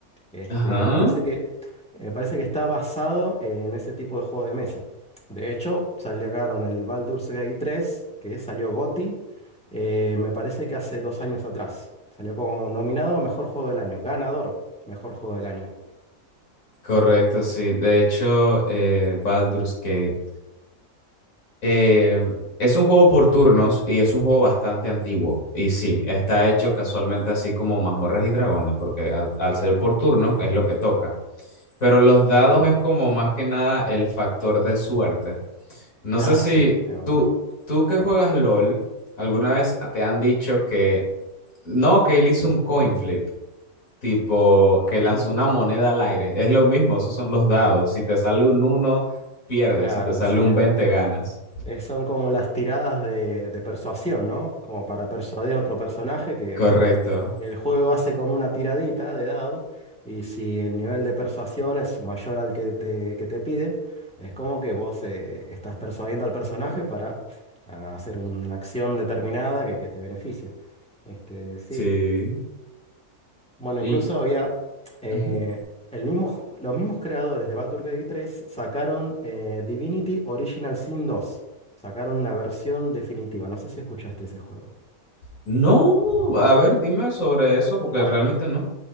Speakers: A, in the centre; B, on the left.
A: Este,
B: Ajá.
A: me parece que, me parece que está basado en ese tipo de juego de mesa. De hecho, salieron el Baldur's Gate 3, que salió GOTY, eh, me parece que hace dos años atrás. Salió como nominado a Mejor Juego del Año, ganador, Mejor Juego del Año.
B: Correcto, sí. De hecho, eh, Baldur's Gate. eh, es un juego por turnos y es un juego bastante antiguo. Y sí, está hecho casualmente así como mazmorras y dragones, porque al, al ser por turno es lo que toca. Pero los dados
A: Ujú.
B: es como más que nada el factor de suerte. No
A: Ah,
B: sé si
A: sí, es verdad.
B: tú, tú que juegas LOL, alguna vez te han dicho que no, que él hizo un coin flip, tipo que
A: Ujú.
B: lanzó una moneda al aire. Es lo mismo, esos son los dados. Si te sale un uno pierdes.
A: Claro,
B: Si te sale
A: sí,
B: un
A: es
B: veinte
A: verdad.
B: ganas.
A: Eh, son como las tiradas de, de persuasión, ¿no? Como para persuadir a otro personaje que,
B: Correcto.
A: El juego hace como una tiradita de dados y si el nivel de persuasión es mayor al que te, que te piden, es como que vos eh, estás persuadiendo al personaje para ah, hacer una acción determinada que, que te beneficia. Este, sí.
B: Sí.
A: Bueno,
B: Y
A: incluso había eh,
B: ujú.
A: el mismo, los mismos creadores de Baldur's Gate 3 sacaron eh, Divinity Original Sin 2. Sacaron una versión definitiva. No sé si escuchaste ese juego.
B: no, a ver, dime sobre eso, porque
A: bueno
B: realmente no.